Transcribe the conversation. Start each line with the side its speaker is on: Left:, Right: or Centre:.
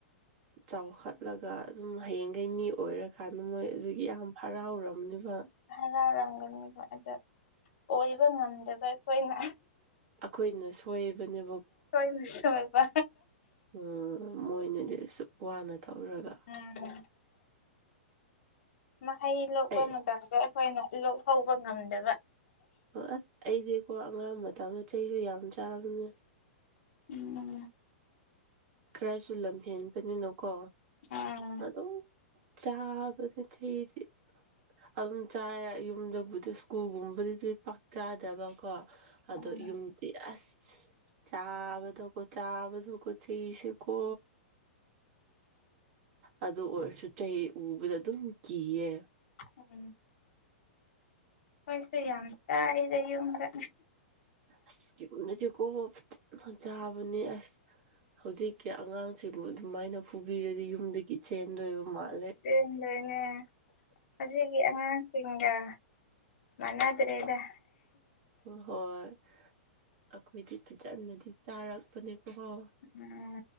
Right: ꯆꯥꯎꯈꯠꯂꯒ ꯑꯗꯨꯝ ꯍꯌꯦꯡꯈꯩ ꯃꯤ ꯑꯣꯏꯔꯀꯥꯟꯗ ꯃꯣꯏ ꯑꯗꯨꯒꯤ ꯌꯥꯝ ꯍꯔꯥꯎꯔꯝꯂꯤꯕ
Left: ꯍꯔꯥꯎꯔꯝꯒꯅꯦꯕ ꯑꯗ ꯑꯣꯏꯕ ꯉꯝꯗꯕ ꯑꯩꯈꯣꯏꯅ
Right: ꯑꯩꯈꯣꯏꯅꯁꯨ ꯍꯕꯅꯦ
Left: ꯀꯣꯏꯅꯤ ꯁꯣꯏꯕ
Right: ꯎ ꯃꯣꯏꯅꯗꯤ ꯑꯁꯨꯛ ꯋꯥꯅ ꯊꯧꯔꯒ
Left: ꯎꯝ ꯃꯍꯩ ꯂꯣꯛꯄ
Right: ꯑꯩ
Left: ꯃꯇꯝꯗ ꯑꯩꯈꯣꯏꯅ ꯂꯣꯛꯍꯧꯕ ꯉꯝꯗꯕ
Right: ꯑꯁ ꯑꯩꯗꯤꯀꯣ ꯑꯉꯥꯡ ꯃꯇꯝꯗꯣ ꯆꯩꯁꯨ ꯌꯥꯝ ꯆꯥꯕꯅꯦ
Left: ꯎꯝ
Right: ꯈꯔꯁꯨ ꯂꯝꯍꯦꯟꯕꯅꯤꯅꯀꯣ
Left: ꯎꯝ
Right: ꯑꯗꯨꯝ ꯆꯥꯕꯗ ꯆꯩꯗꯤ ꯑꯗꯨꯝ ꯆꯥꯏ ꯌꯨꯝꯗꯕꯨꯗꯤ ꯁ꯭ꯀꯨꯜꯒꯨꯝꯕꯗꯨꯗꯤ ꯄꯥꯛ ꯆꯥꯗꯕ ꯀꯣ ꯑꯗꯣ
Left: ꯎꯝ
Right: ꯌꯨꯝꯗꯤ ꯑꯁ ꯆꯥꯕꯗꯀꯣ ꯆꯥꯕꯗꯀꯣ ꯁꯤꯁꯤꯀꯣ ꯑꯗꯨ ꯑꯣꯏꯔꯁꯨ ꯆꯍꯤ ꯎꯕꯗ ꯑꯗꯨꯝ ꯀꯤꯌꯦ
Left: ꯎꯝ ꯃꯣꯏꯁꯨꯦ ꯌꯥꯝ ꯇꯥꯔꯤꯗ ꯌꯨꯝꯗ
Right: ꯑꯁ ꯅꯗꯤ ꯀꯣ ꯆꯥꯕꯅꯤ ꯑꯁ ꯍꯧꯖꯤꯛꯀꯤ ꯑꯉꯥꯡꯁꯤꯕꯨ ꯑꯗꯨꯃꯥꯏꯅ ꯐꯨꯕꯤꯔꯗꯤ ꯌꯨꯝꯗꯒꯤ ꯆꯦꯟꯗꯣꯏꯕ ꯃꯥꯜꯂꯦ
Left: ꯆꯦꯟꯗꯣꯏꯅꯦ ꯑꯁꯤꯒꯤ ꯑꯉꯥꯡꯁꯤꯡꯒ ꯃꯅꯥ ꯑꯗꯨꯔꯦ ꯏꯗ
Right: ꯍꯣꯏ ꯑꯩꯈꯣꯏꯗꯤ ꯐꯖꯅꯗꯤ ꯆꯥꯔꯛꯄꯅꯦꯀꯣ ꯍꯣ
Left: ꯎꯝ